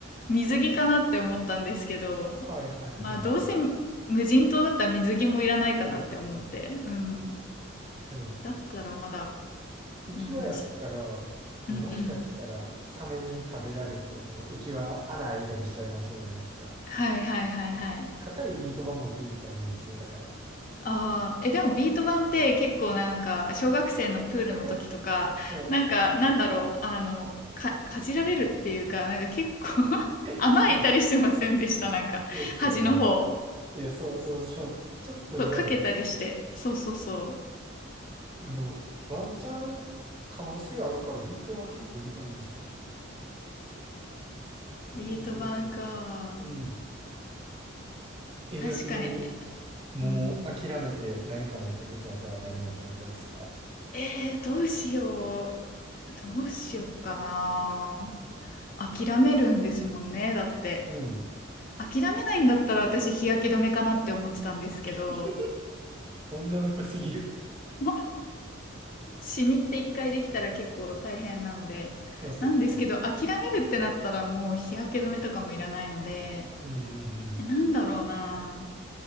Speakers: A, on the left (about 40°); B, on the right (about 25°).
A: 水着かなって思ったんですけど、
B: はいはいはいはい。
A: まあ、どうせ無人島だったら水着もいらないかなって思って。
B: そうっすね。
A: うん。
B: でも、
A: だったらまだ。
B: 浮き輪やったら、
A: うん、
B: そのもしかしたら、
A: うんうん。
B: サメに食べられて、その浮き輪穴開いたりしちゃうかもしれないじゃないですか。
A: はいはいはいはい。
B: 硬いビート板持っていったらいいですよ、だから。
A: ああ、え、でもビート板って結構なんか、小学生のプールの時とか、
B: <laughs> うん。
A: なんか、なんだろう、あの、か、かじられるっていうか、なんか結構 <laughs> 穴開いたりしてませんでした、
B: そう、
A: なんか、
B: そうっすよね。
A: 端の方。
B: いや、そうそうそう。ちょっと弱いから。
A: そう、かけたりして。そうそうそ
B: あの、ワンチャン可能性あるから、ビート板結構いいと思うんですよね。生き残る気を。
A: う。ビート板か。
B: うん。え、
A: 確かに。
B: 逆に、もう諦めて何か持っていくってなったら何持っていくんですか
A: うん。えー、どうしよう。どうしようかな。諦めるんですもんね、だって。
B: うん。
A: 諦めないんだったら私日焼け止めかなって思ってたんですけど、
B: <laughs> 女の子すぎる。
A: まあシミって一回できたら結構大変なので、
B: <laughs> あ、そっか。
A: なんですけど諦めるってなったらもう日焼け止めとかもいらないので、
B: うんうんうん。
A: え、なんだろうな。